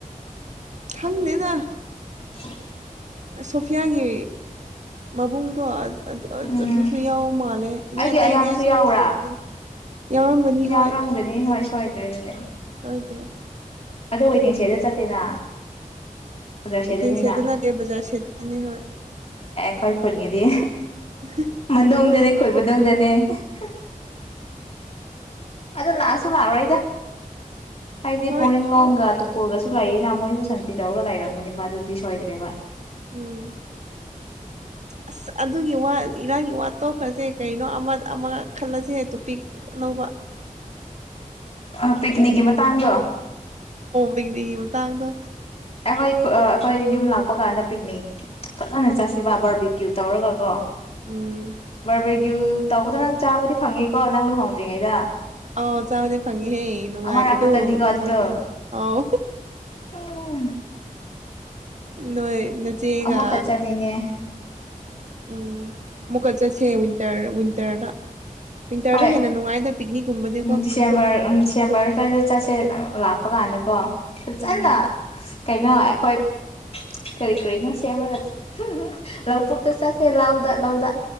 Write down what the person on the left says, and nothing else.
<inaudible>
ꯎꯝ
ꯑꯩꯒꯤ
ꯑꯌꯥꯝꯕꯁꯨ
ꯌꯥꯎꯕ꯭ꯔꯥ
ꯌꯥꯎꯔꯝꯒꯅꯤ
ꯍꯣꯏ ꯁꯣꯏꯗ꯭ꯔꯦ ꯑꯗꯨꯗꯤ
ꯑꯗꯣ ꯋꯦꯇꯤꯡꯁꯦꯗ ꯆꯠꯇꯦꯅ ꯀꯂꯔ ꯁꯦꯠꯇꯅꯤꯅ
ꯈꯣꯏ ꯐ꯭ꯈꯨꯒꯤꯗꯤ
ꯗꯣꯡꯗꯅꯦ ꯈꯣꯏꯕ ꯗꯣꯡꯗꯅꯦ <unintelligible> ꯑꯗꯨ ꯂꯥꯛ ꯑꯁꯨ ꯂ꯭ꯥꯛ ꯑꯔꯣꯏꯗ ꯍꯥꯏꯗꯤ
ꯄꯨꯅꯤꯡ ꯂꯣꯒ ꯑ ꯑꯗꯨ ꯄꯨꯒ <unintelligible> ꯨ ꯂꯩꯑꯦꯅ ꯃꯣꯏꯁꯨ ꯁꯟꯇ꯭ꯔꯤ ꯇꯧꯔꯒ ꯂꯩꯔꯝꯒꯅꯤꯕ ꯑꯗꯨꯗꯤ ꯁꯣꯏꯗ꯭ꯔꯦꯕ
ꯑ ꯄꯤꯛꯀꯥꯅꯤꯛ ꯀꯤ ꯃꯇꯥꯡꯗꯣ
ꯑꯩꯈꯣꯏ ꯑꯩꯈꯣꯏ ꯌꯨꯝ ꯂꯥꯛꯄ ꯀꯥꯟꯗ ꯄꯤꯛꯅꯤꯛ ꯐꯖꯅ ꯆꯠꯁꯦꯕ ꯕꯔꯕꯦ ꯀ꯭ꯌꯨ ꯇꯧꯔꯒ ꯀꯣ
ꯕꯔ ꯕꯦ ꯀ꯭ꯌꯨ ꯇꯧꯕꯗ ꯅꯪ ꯆꯥꯕꯗꯤ ꯐꯪꯅꯤꯀꯣ ꯅꯪ ꯂꯨꯍꯣꯡꯗ꯭ꯔꯤꯉꯩꯗ
ꯑꯃꯔꯛ ꯈꯛꯇꯅꯤꯀꯣ
ꯑꯗꯨꯗꯣ
ꯎꯝ <unintelligible>
ꯑꯃꯨꯛꯀ ꯆꯠꯅꯤꯡꯉꯦ
ꯍꯣꯏ
ꯎꯝ ꯗꯤꯁꯦꯝꯕꯔ ꯎꯝ ꯗꯤꯁꯦꯝꯕꯔ ꯁꯋꯥꯏꯗ ꯆꯠꯁꯦ ꯅꯪ ꯂꯥꯛꯄ ꯀꯥꯟꯗ ꯀꯣ ꯐꯖꯥꯅ
ꯀꯩꯅꯣ ꯑꯩꯈꯣꯏ ꯀꯔꯤ ꯀꯔꯤꯅꯣ ꯁꯦꯝꯃꯒ ꯂꯧꯄꯨꯛꯇ ꯆꯠꯁꯦ ꯂꯧ ꯂꯧꯗ